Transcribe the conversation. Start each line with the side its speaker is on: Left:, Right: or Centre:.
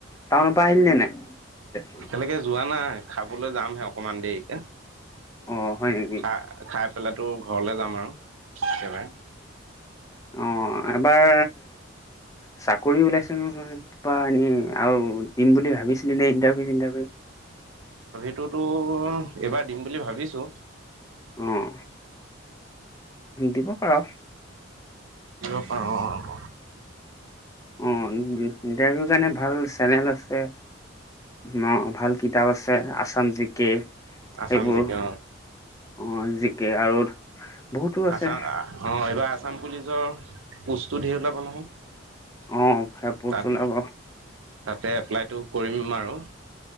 Left: টাউনৰৰ পৰা আহিল নে নাই?
Right: তেনেকে যোৱা নাই খাবলৈ যামহে অকণমান দেৰিকে
Left: অ হয় নেকি
Right: খা খাই সেইফাল তোৰ ঘৰলৈ যাম আৰু একেবাৰে।
Left: উম এবাৰ চাকৰি ওলাইছে নহয় বা এনেই আৰু দিম বুলি ভাবিছিলি নে ইণ্টাৰভিউ চিণ্টাৰভিউ
Right: এইটোতো এবাৰ দিম বুলি ভাবিছো।।
Left: উম। দিব পাৰ।
Right: দিব পাৰ উম।
Left: অ ইণ্টাৰভিউ কাৰণে ভাল চেনেল আছে। ন ভাল কিতাপ আছে আছাম জিকে সেইবোৰ।
Right: আছাম জিকে
Left: অ জিকে আৰু বহুতো আছে
Right: আসাম অ এইবাৰ আসাম পুলিচৰ পোষ্টটো ধেই ওলাব নহয়।
Left: অ ভাল পষ্ট
Right: তাত
Left: ওলাব।
Right: তাতে এপ্লাইটো কৰিম আৰু